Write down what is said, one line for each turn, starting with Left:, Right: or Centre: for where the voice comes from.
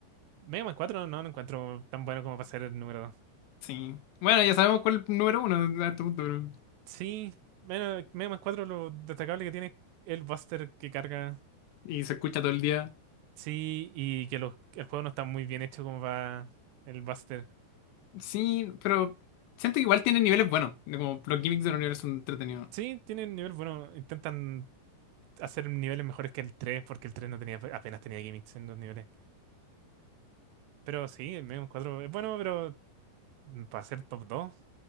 Right: Mega Man cuatro no lo encuentro tan bueno como para ser el número dos
Left: Sí. Bueno, ya sabemos cuál es el número uno a este punto, ¿no?
Right: Sí. Bueno, Mega Man 4 lo destacable que tiene es el Buster que carga.
Left: Y se escucha todo el día.
Right: Sí, y que los, el juego no está muy bien hecho como va el Buster.
Left: Sí, pero siento que igual tiene niveles buenos, de como los gimmicks del universo son entretenidos.
Right: Sí, tiene un nivel bueno. Intentan hacer niveles mejores que el 3 porque el 3 no tenía, apenas tenía gimmicks en los niveles. Pero sí, el Megon 4 es bueno, pero mm, para ser top 2